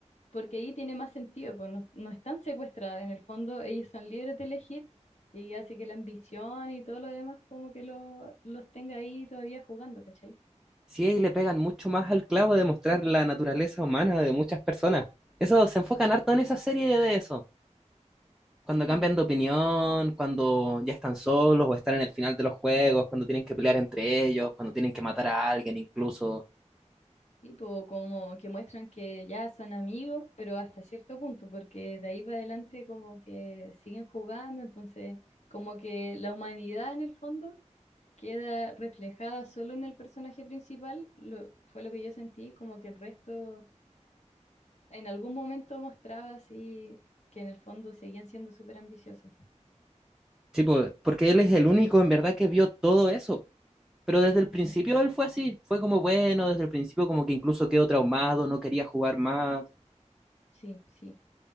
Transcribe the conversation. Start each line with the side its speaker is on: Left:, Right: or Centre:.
Left: porque ahí tiene más sentido, pues no, no están secuestradas, en el fondo ellas son libres de elegir y hace que la ambición y todo lo demás como que lo, los tenga ahí todavía jugando, ¿cachai?
Centre: Sí, ahí le pegan mucho más al clavo de mostrar la naturaleza humana de muchas personas. Eso se enfocan harto en esa serie de eso. Cuando
Left: Sí, pues,
Centre: cambian de opinión, cuando ya están solos o están en el final de los juegos, cuando tienen que pelear entre ellos, cuando tienen que matar a alguien incluso.
Left: sí, po, como que muestran que ya son amigos, pero hasta cierto punto, porque de ahí para adelante como que siguen jugando, entonces como que la humanidad en el fondo queda reflejada solo en el personaje principal, lo, fue lo que yo sentí, como que el resto en algún momento mostraba así que en el fondo seguían siendo súper ambiciosos.
Centre: Sí, po, porque él es el único en verdad que vio todo eso. Pero desde el
Left: Ujú.
Centre: principio él fue así, fue como bueno, desde el principio como que incluso quedó traumado, no quería jugar más.
Left: Sí, sí,